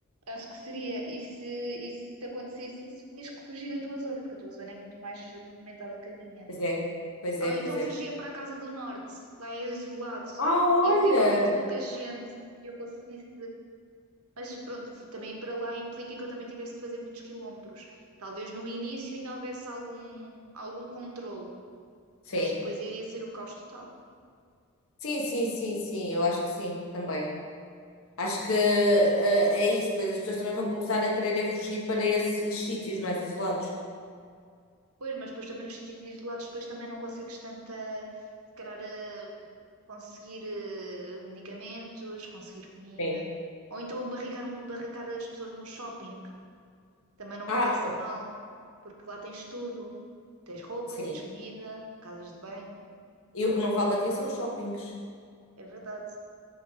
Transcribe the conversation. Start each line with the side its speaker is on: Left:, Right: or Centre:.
Right: acho que seria. E se, e se te acontecesse isso, tinhas que fugir da tua zona, porque a tua zona é muito mais movimentada que a minha.
Left: Pois é, pois é,
Right: Ou então
Left: pois é.
Right: fugia para a Casa do Norte, lá é isolado.
Left: Ah, olha!
Right: Podia ser que houvesse pouca gente e eu conseguisse. Mas pronto, também ir para lá implica que eu também tivesse que fazer muitos quilómetros. Talvez no início ainda houvesse algum, algum controle,
Left: Sim,
Right: mas depois iria ser o caos total.
Left: sim, sim, sim, sim, eu acho que sim, também. Acho que eh, é isso, pois as pessoas também vão começar a querer é fugir para esses sítios mais isolados.
Right: Pois, mas depois também nos sítios isolados, depois também não consegues tanta. Se calhar, eh, conseguir eh, medicamentos, conseguir comida.
Left: Sim.
Right: Ou então barricar, um, barricar as pessoas num shopping. Também não me
Left: Ah,
Right: parece mal, porque lá tens tudo. Tens roupa,
Left: sim.
Right: tens comida, casas de banho.
Left: E o que não falta aqui são shoppings.
Right: É verdade.